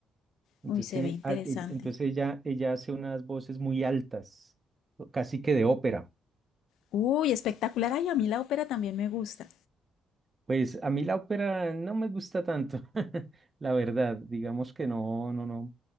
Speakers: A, on the right; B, on the left.
A: Entonces
B: Uy, se
A: tiene,
B: ve interesante.
A: al- el- entonces ella, ella hace unas voces muy altas, o casi que de ópera.
B: Uy, espectacular. Ay, a mí la ópera también me gusta.
A: Pues a mí la ópera no me gusta tanto, <laughs> la verdad, digamos que no, no, no.